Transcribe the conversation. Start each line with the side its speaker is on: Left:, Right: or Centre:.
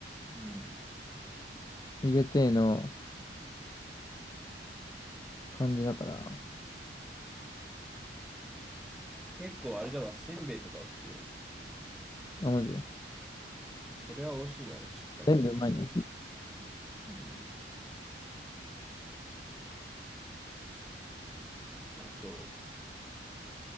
Centre: うん。
Left: 入れての感じだから、
Centre: 結構あれだわ、せんべいとかお好きだよ。
Left: あ、マジ。
Centre: それは美味しいだろ、しっかりと。
Left: 全部うまいね。
Centre: うん。あと、